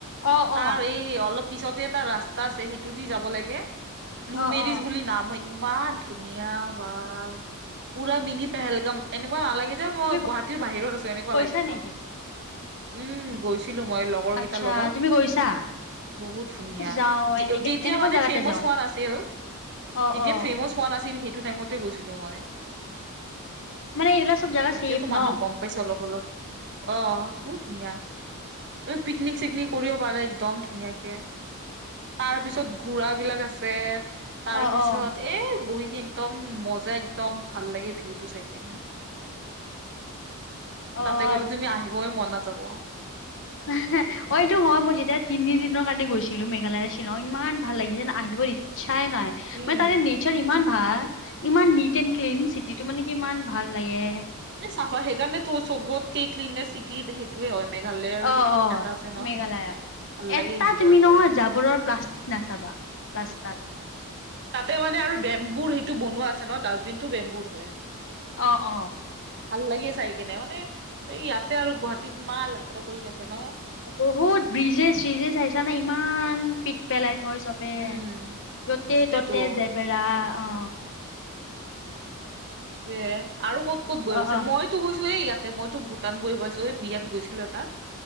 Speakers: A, on the left; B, on the right.
A: অ অ
B: তাৰ এই অলপ পিছতে এটা ৰাস্তা আছে সেইটোদি যাব লাগে লু
A: অ
B: মেৰিজ
A: অ
B: বুলি নাম হয় ইমান ধুনীয়া বা পুৰা মিনি পেহেলগাম এনেকুৱা নালাগে যে মই
A: তুমি
B: গুৱাহাটীৰ বাহিৰত আছো এনেকুৱা
A: গৈছা
B: লাগ একদম
A: নেকি
B: উম গৈছিলো মই লগৰ কেইটাৰ
A: আচ্ছা
B: লগত
A: তুমি গৈছা
B: বহুত ধুনীয়া
A: যাওঁ এনেকে
B: যেতিয়া
A: এনেকুৱা
B: মানে
A: জেগাতে
B: ফেমছ
A: যাওঁ।
B: হোৱা নাই নাছিল
A: অ',
B: যেতিয়া
A: অ'।
B: ফেমাচ হোৱা নাছিল সেইটো টাইমতে গৈছিলো মই
A: মানে এইবিলাক চব জেগা
B: এতিয়াতো
A: ছেফ
B: মানুহ
A: ন?
B: গম পাইছে অলপ অলপ অ বহুত ধুনীয়া তমি পিকনিক চিকনিক কৰিও পাৰা একদম ধুনীয়া কে তাৰ পিছত ঘোৰা বিলাক আছে তাৰ
A: অ',
B: পিছত
A: অ'।
B: এই বহী কেং একদম মজা একদম ভাল লাগে ভিউটো চাই কিনে
A: অ',
B: তাতে কলে তুমি আহিবই মন নাযাব
A: আহ অ এইটো হয় মই যেতিয়া তিনি দিনৰ কাৰণে গৈছিলো মেঘালয়ছি লং ইমান ভাল লাগি যে আহিব ইচ্ছাই নাই
B: উম
A: মানে তাৰে নেচাৰ ইমান ভাল ইমান ক্লীন ক্লীন চিটি টো মানে কি ইমান ভাল লাগে
B: চাফা সেইকাৰণে তোৰ চবতক ক্লিননেছ চিটি সেইটোৱে হয় মেঘালয়ৰ
A: অ', অ',
B: এটা আছে ন
A: মেঘালয়ত।
B: ভাল লাগে
A: এটা
B: কিন্তু
A: তুমি
B: তাতে
A: নহয়
B: যাই কিনে
A: জাবোৰৰ প্লাষ্টিক নাচাবা ৰা্স্তাত
B: তাতে মানে আৰু বেম্বুৰ সেইটো বনোৱা আছে ন ডাষ্টবিনটো বেম্বুৰ হয়
A: অ অ
B: ভাল লাগিয় চাই কেনে মানে এই ইয়াতে আৰু গুৱাহাটীত মাহ যাত্ৰা কৰি থখে ন
A: বহুত ব্ৰিজেছ চিজে চ আহাইছা নে ইমান ইমান পিক পেলাই থয় চবে
B: উম
A: যতে
B: সেইটোৱেতো
A: ততে জেবেৰা অ
B: এ আৰু ক'ত ক'ত গৈৈছো
A: অ', অ',
B: মইতো গৈছো এ ইয়াত ত মইতো ভূটান গৈ পাইছো এই বিয়াত গৈছিলো এটা